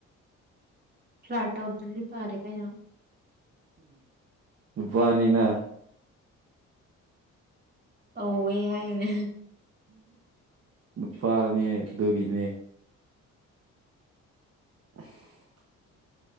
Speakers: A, on the right; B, on the right.
A: ꯐ꯭ꯂꯥꯠ ꯑꯣꯗꯅꯤꯗꯤ ꯄꯥꯔꯦ ꯀꯥꯏꯅ
B: ꯋꯥꯅꯤꯅ
A: ꯑꯧ ꯑꯦ ꯍꯥꯏꯅꯦ
B: ꯅꯨꯄꯥꯥꯅꯦ ꯗꯒꯤꯅꯦ <unintelligible>